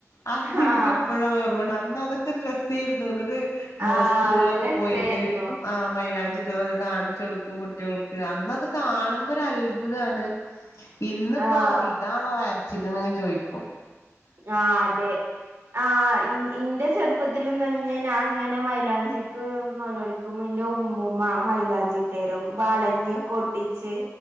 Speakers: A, on the left (about 80°); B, on the right (about 65°).
A: അഹ് എനിക്ക്
B: ആഹ്
A: ഇപ്പഴും അതോർമണ്ട് അന്നതൊക്കൊരു രസേര്ന്നു എന്ന്ട്ട് മോ
B: ആഹ് അത്
A: സ്കൂളിലൊക്കെ
B: രസായിരുന്നു
A: പോയിട്ട് ആ മൈലാഞ്ചി ട്ടോന്ന് കാണിച്ചോട്ക്കും കുട്ട്യോൾക്ക് അന്നത് കാണുമ്പോ ഒരു അത്ഭുതാണ് ഇന്ന്
B: ആഹ്
A: താണോ വരച്ച്ക്ക്ണ് ചോയ്ക്കും.
B: ആഹ് അതെ. ആഹ് ഇ ഇന്റെ ചെറുപ്പത്തിലും തന്നെ ഞാൻ ഇങ്ങനെ മൈലാഞ്ചിക്ക് നൊലോ കുമ്പോ ന്റെ ഉമ്മൂമ്മ മൈലാഞ്ചിട്ടരും വളഞ്ഞിയൊക്കെ ഒട്ടിച്ച്.